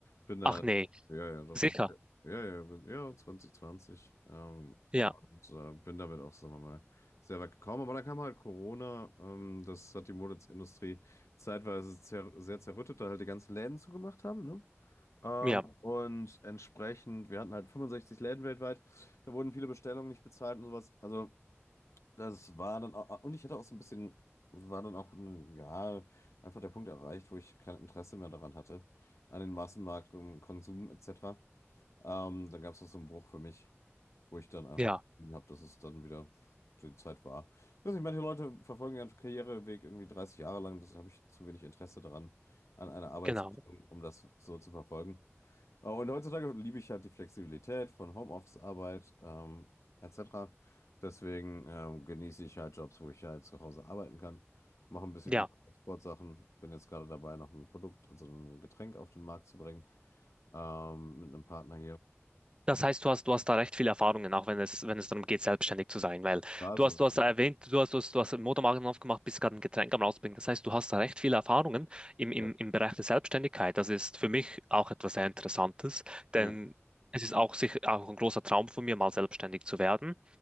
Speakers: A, on the left; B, on the right.
A: bin da,
B: Ach nee,
A: ja, ja, doch,
B: sicher.
A: bin, ja, ja, bin, ja, 2020. Ähm,
B: Ja,
A: und äh, bin damit auch, sagen wir mal, sehr weit gekommen. Aber da kam halt Corona. Ähm, das hat die Modeindustrie zeitweise zer sehr zerrüttet, da halt die ganzen Läden zugemacht haben, ne? Ähm,
B: ja,
A: und entsprechend, wir hatten halt 65 Läden weltweit. Da wurden viele Bestellungen nicht bezahlt und sowas. Also das war dann auch, und ich hatte auch so ein bisschen, war dann auch, mm, ja, einfach der Punkt erreicht, wo ich kein Interesse mehr daran hatte, an den Massenmarkt, um Konsum etc. Ähm, dann gab es auch so einen Bruch für mich, wo ich dann einfach
B: ja,
A: habe, dass es dann wieder die Zeit war. Ich weiß nicht, manche Leute verfolgen ihren Karriereweg irgendwie 30 Jahre lang, das habe ich zu wenig Interesse daran, an einer Arbeitsrichtung,
B: genau.
A: um das so zu verfolgen. Äh, Und heutzutage liebe ich halt die Flexibilität von Homeoffice-Arbeit ähm, etc. Deswegen ähm, genieße ich halt Jobs, wo ich halt zu Hause arbeiten kann. Mache ein bisschen
B: Ja.
A: Import- und Exportsachen. Bin jetzt gerade dabei, noch ein Produkt, also ein Getränk auf den Markt zu bringen ähm, mit einem Partner hier.
B: Das heißt, du hast, du hast da recht viele Erfahrungen, auch wenn es, wenn es darum geht, selbstständig zu sein, weil
A: Also,
B: du hast, du hast erwähnt, du hast, du hast, du hast einen Motormarken aufgemacht, bist gerade ein Getränk am rausbringen. Das heißt, du hast da recht viele Erfahrungen im,
A: ja,
B: im, im Bereich der Selbstständigkeit. Das ist für mich auch etwas sehr Interessantes, denn
A: ja,
B: es ist auch sicher auch ein großer Traum von mir, mal selbstständig zu werden,